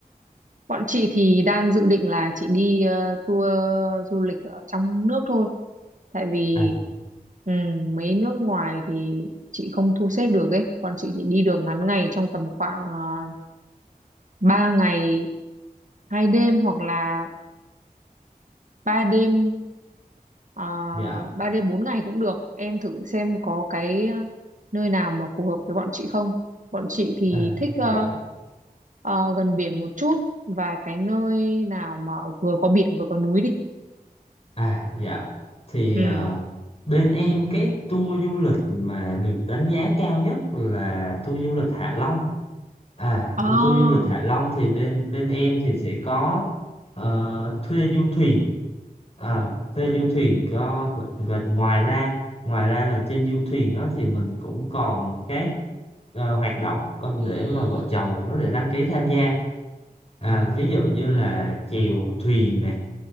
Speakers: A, on the right; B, on the left.
A: Bọn chị thì đang dự định là chị đi ờ, tour du lịch ở trong nước thôi. Tại vì
B: À,
A: ừ, mấy nước ngoài thì chị không thu xếp được ấy. Bọn chị chỉ đi được ngắn ngày trong tầm khoảng uh, 3 ngày 2 đêm hoặc là 3 đêm uh,
B: dạ,
A: 3 đêm 4 ngày cũng được. Em thử xem có cái ờ, nơi nào mà phù hợp với bọn chị không. Bọn chị thì
B: à,
A: thích ờ,
B: dạ,
A: ờ, gần biển một chút và cái nơi nào mà vừa có biển vừa có núi đi.
B: à, dạ. Thì
A: Ừ.
B: ờ, bên em cái tour du lịch mà được đánh giá cao nhất là tour du lịch Hạ Long. À,
A: À,
B: với tour du lịch Hạ Long thì bên bên em thì sẽ có ờ, thuê du thuyền, à, thuê du thuyền cho và, và ngoài ra ngoài ra là trên du thuyền đó thì mình cũng còn các ờ, hoạt động con để mà vợ chồng mình có thể đăng ký tham gia. À, ví dụ như là chèo thuyền này.